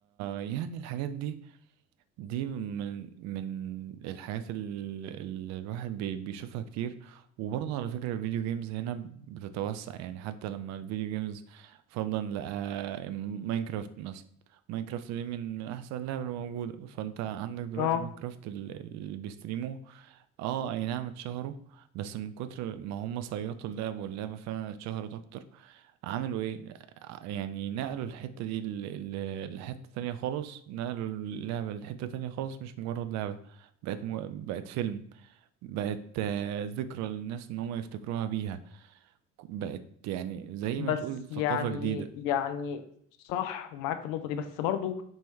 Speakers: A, on the right (about 45°); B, on the left (about 50°).
A: يعني الحاجات دي دي من من الحاجات اللي الواحد بي- بيشوفها كتير وبرضه على فكرة الفيديو جيمز هنا بتتوسع يعني حتى لما الفيديو جيمز فرضا لقى ماينكرافت مثلا ماينكرافت دي من من احسن اللعبة الموجودة فانت عندك دلوقتي
B: اه
A: ماينكرافت ال- اللي بيستريموه اه اي نعم اتشهروا بس من كتر ما هم صيطوا اللعبة واللعبة فعلا اتشهرت اكتر عملوا ايه يعني نقلوا الحتة دي ل- ل- لحتة تانية خالص نقلوا اللعبة لحتة تانية خالص مش مجرد لعبة بقت مو... بقت فيلم بقت آه، ذكرى للناس ان هم يفتكروها بيها بقت يعني زي
B: بس
A: ما تقول ثقافة
B: يعني
A: جديدة
B: يعني صح ومعاك في النقطه دي بس برضو